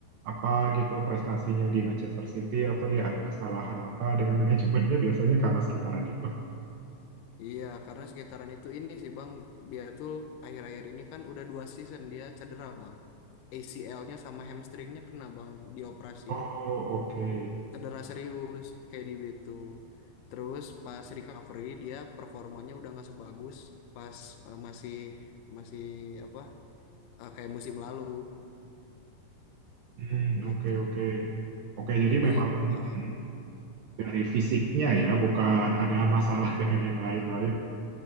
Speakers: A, on the right; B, on the left.
A: apa gitu prestasinya di Manchester City atau dia ada kesalahan apa dengan <laughs> manajemennya biasanya karena sekitaran itu.
B: Iya, karena sekitaran itu ini sih Bang, dia tuh akhir-akhir ini kan udah dua season dia cedera Bang. ACL-nya sama hamstringnya kena Bang, dioperasi.
A: Oh, oke.
B: Cedera serius, kayak di gitu. Terus pas recovery dia performanya udah nggak sebagus pas eh, masih masih apa eh, kayak musim lalu
A: Hmm,
B: gitu.
A: oke, oke. Oke, jadi
B: Jadi
A: memang
B: eh,
A: hmm, dari fisiknya
B: ya
A: ya,
B: mungkin
A: bukan ada masalah <laughs> dengan yang lain-lain.